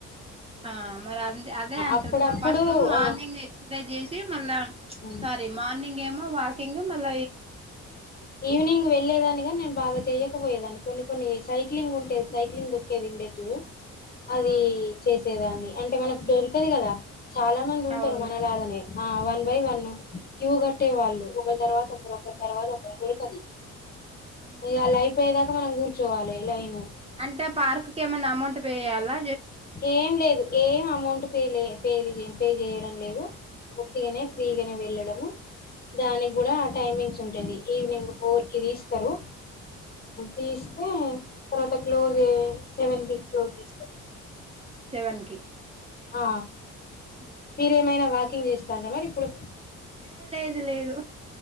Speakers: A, on the right; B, on the left.
A: ఆ మరి అ అదే అంటుంద
B: అప్పుడప్పుడు
A: ఫస్ట్ మార్నింగ్
B: ఆ
A: ఎక్సర్సైజ్ చేసి మళ్ళా
B: హ్మ్.
A: సారీ మార్నింగ్ ఏమో వాకింగ్ మళ్ళ
B: ఈవనింగ్ వెళ్ళ లేదానిగా నేను బాగా చెయకపోయేదాన్ని కొన్ని కొన్ని సైక్లింగ్ ఉంటేది సైక్లింగ్ దొక్కేది ఉండచ్చు అది
A: ఆ
B: చేసేదాన్ని అంటే మనకు దొరకదు కదా చాలా మంది ఉంటారు
A: అవును
B: మన లాగానే ఆ one by one queue cut ఒకట్టే వాళ్ళు ఒక తర్వాత ఒక ఒకరితర్వాత ఒకరు ఒకరికి అది
A: ఉమ్.
B: ఇ లైఫ్ అయ్యేదాక మనం కూర్ చోవాలి ఇలాగేనా
A: అంటే ఆ పార్క్ క ఏమైన్నా అమౌంట్ పే చేయ్యాలా
B: ఏం లేదు ఏం అమౌంట్ ప పే పే చేయడం లేదు ఒట్టిగానే ఫ్రీగానే వెళ్ళడ దానికి కూడా ఆ టైమింగ్ <unintelligible> ఈవినింగ్ ఫోర్ కి తీస్తారు తీస్తే తర్వాత క్లోజ్ సెవెన్ కి క్లోజ్ చేస్తారు
A: సెవెన్ కి
B: ఆ
A: ఉహు.
B: మీరేమైనా వాకింగ్ చేస్తార మరి ఇప్పుడు
A: ఏ లేదు లేదు